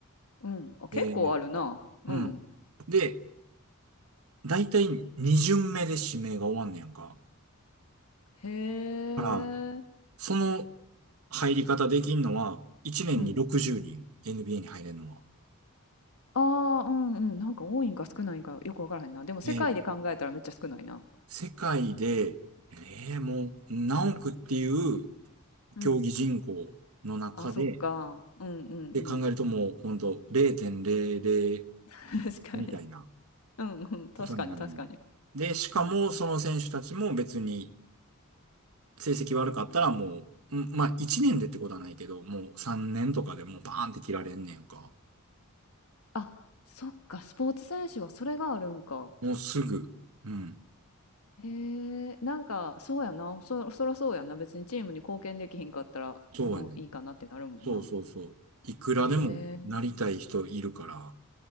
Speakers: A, on the left (about 75°); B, on the right (about 70°).
A: うん。あ、結構あるな。
B: えー
A: うん。
B: うん。で、だいたい2巡目で指名が終わんねやんか。
A: へえ。
B: だから、その入り方できんのは、1年に60人、
A: うん。
B: NBA に入れるのは。
A: ああ、うんうん。なんか多いんか少ないんかよくわからへんな。でも世界で考えたらめっちゃ少ないな。
B: えー世界で、えーもう何億っていう
A: うん。
B: 競技人口の中で、
A: あ、そっか。うんうんうん。
B: で考えるともう本当0.00
A: <laughs> 確かに。
B: みたいな
A: うんうん。確かに確かに。
B: ことになる。で、しかもその選手たちも別に
A: うんうん。
B: 成績悪かったらもう、うんまあ1年でってことはないけど、もう3年とかでもうバーンって切られんねんか。
A: あ、そっか。スポーツ選手はそれがあるんか。
B: もうすぐ。うん。
A: へえ。なんか、そうやな。そ、そらそうやんな。別にチームに貢献できひんかったら、
B: そうやね。
A: もういいかなってなるもんな。
B: そうそうそう。いくらでもなりたい人いるから、
A: へえ。